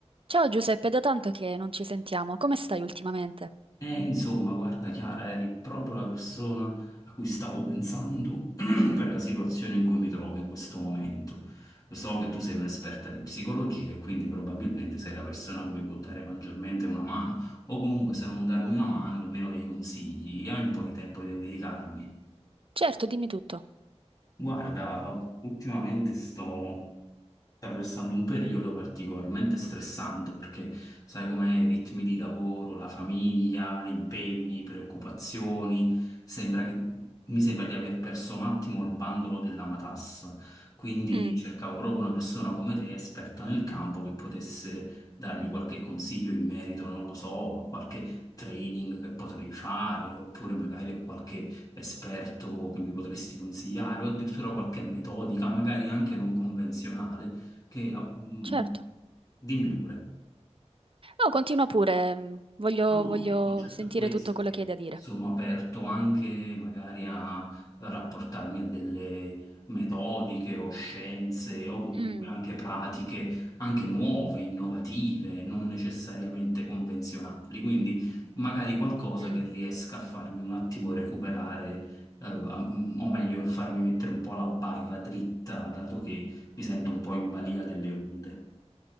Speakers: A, on the right (about 50°); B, on the left (about 30°).
A: Ciao Giuseppe, da tanto che non ci sentiamo, come stai ultimamente?
B: Eh, insomma, guarda Chiara, eri proprio la persona a cui stavo pensando <clears throat> per la situazione in cui mi trovo in questo momento. Lo so che tu sei un'esperta di psicologia e quindi probabilmente sei la persona a cui può dare maggiormente una mano, o comunque se non darmi
A: Mm.
B: una mano, almeno dei consigli, hai un po' di tempo di dedicarmi.
A: Certo, dimmi tutto.
B: Guarda, ultimamente sto attraversando un periodo particolarmente stressante perché sai com'è, i ritmi di lavoro, la famiglia, gli impegni, preoccupazioni, sembra che, mi sembra di aver perso un attimo il bandolo della matassa. Quindi
A: Mm,
B: cercavo proprio una persona come te, esperta nel campo, che potesse darmi qualche consiglio in merito, non lo so, a qualche training che potrei fare, oppure magari a qualche esperto che mi potresti consigliare, o addirittura qualche metodica, magari anche non convenzionale che, ah, mh,
A: certo.
B: dimmi pure.
A: No, continua pure, mm, voglio,
B: No,
A: voglio
B: no, il concetto
A: sentire
B: è questo,
A: tutto quello
B: che
A: che hai da dire.
B: Sono aperto anche magari a rapportarmi a delle metodiche o scienze o comunque
A: Mm,
B: anche pratiche, anche nuove, innovative, non necessariamente convenzionali. Quindi magari qualcosa
A: mm.
B: che riesca a farmi un attimo recuperare, eh, a- mm, o meglio, farmi mettere un po' la barra dritta, dato che mi sento un po' in balia delle onde.